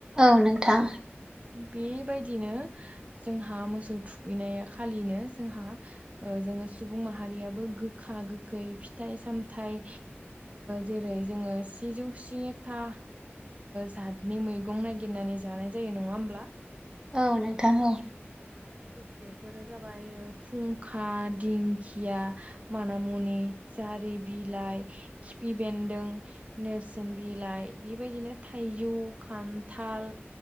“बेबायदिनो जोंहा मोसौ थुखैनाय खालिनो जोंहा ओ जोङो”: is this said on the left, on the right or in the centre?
Right